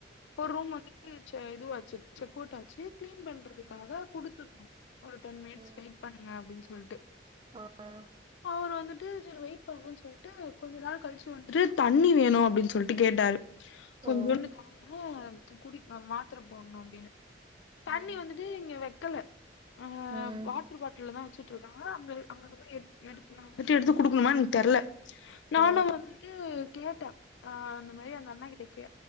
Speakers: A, on the left (about 70°); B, on the right (about 25°).
A: ஒரு ரூம் வந்து ட்டு செ இதுவாச்சு செக்கவுட்டாச்சு க்ளீன் பண்றதுக்காக
B: ம்
A: குடுத்திருந்தோ ஒரு டென் மினிட்ஸ்
B: ம்
A: வெயிட் பண்ணுங்க அப்டின் சொல்ட்டு
B: ஆ
A: ப்போ அவுரு வந்துட்டு செரி வெயிட் பண்ணுன் சொல்ட்டு கொஞ்ச நேர கழிச்சு வந்துட்டு தண்ணி வேணு அப்டின் சொல்ட்டு கேட்டாரு கொஞ்சுன்டு
B: ஓ
A: தாங்க அ குடி மாத்திர போட்ணு அப்டினு தண்ணி
B: ம்
A: வந்துட்டு இங்க வெக்கல ஆ
B: ம்
A: வாட்ரு பாட்டில் தா வெச்சுட்ருக்காங்க அங்க அவங்கங்க போய் எ எடுல் நா வந்துட்டு நா வந்துட்டு எடுத்து குடுக்கணுமான் தெர்ல நானு
B: ஓ
A: வந்ட்டு கேட்ட அ அந்த மாரி
B: ம்
A: அந்த அண்ணா கிட்ட கே